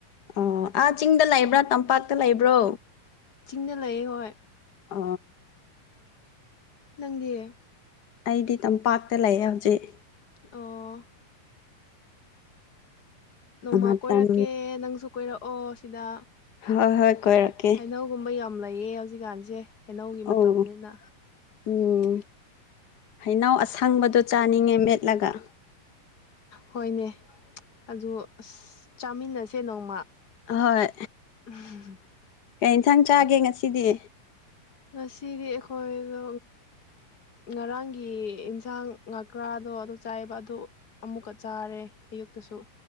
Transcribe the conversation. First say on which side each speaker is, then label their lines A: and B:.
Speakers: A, on the left; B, on the left.
A: ꯑꯣ ꯑꯥ ꯆꯤꯡꯗ ꯂꯩꯕ꯭ꯔꯥ ꯇꯝꯄꯥꯛꯇ ꯂꯩꯕ꯭ꯔꯣ
B: ꯆꯤꯡꯗ ꯂꯩꯌꯦꯦ ꯍꯣꯏ
A: ꯑ
B: ꯅꯪꯒꯤꯌꯦ
A: ꯑꯩꯗꯤ ꯇꯝꯄꯥꯛꯇ ꯂꯩꯌꯦꯦ ꯍꯧꯖꯤꯛ
B: ꯑꯣ ꯅꯣꯡꯃ
A: ꯃꯇꯝ
B: ꯀꯣꯏꯔꯛꯀꯦ ꯅꯪꯁꯨ ꯀꯣꯏꯔꯛꯑꯣ ꯁꯤꯗ
A: ꯍꯣꯏ ꯍꯣꯏ ꯀꯣꯏꯔꯛꯀꯦ
B: ꯍꯩꯅꯧꯒꯨꯝꯕ ꯌꯥꯝ ꯂꯩꯌꯦ ꯍꯧꯖꯤꯛꯀꯥꯟꯁꯦ ꯍꯩꯅꯧꯒꯤ ꯃꯇꯝꯅꯤꯅ
A: ꯑꯣ ꯎꯝ ꯍꯩꯅꯎ ꯑꯁꯪꯕꯗ ꯆꯥꯅꯤꯡꯉꯦ ꯃꯦꯠꯂꯒ
B: ꯍꯣꯏꯅꯦ ꯑꯗꯨ ꯑ ꯆꯥꯃꯤꯟꯅꯁꯦ ꯅꯣꯡꯃ
A: ꯍꯣꯏ
B: ꯎꯝ
A: ꯀꯩ ꯏꯟꯁꯥꯡ ꯆꯥꯒꯦ ꯉꯁꯤꯗꯤ
B: ꯉꯁꯤꯗꯤ ꯑꯩꯈꯣꯏꯗ ꯉꯔꯥꯡꯒꯤ ꯏꯟꯁꯥꯡ ꯉꯀ꯭ꯔꯥ ꯑꯗꯣ ꯑꯗꯨ ꯆꯥꯏꯕ ꯑꯗꯨ ꯑꯃꯨꯛꯀ ꯆꯥꯔꯦ ꯑꯌꯨꯛꯇꯁꯨ